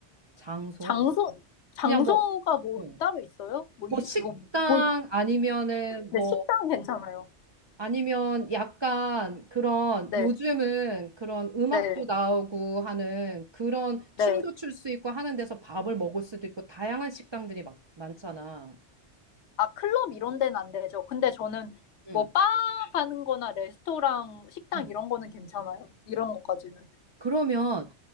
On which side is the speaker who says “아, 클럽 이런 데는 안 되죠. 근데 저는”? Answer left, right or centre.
Left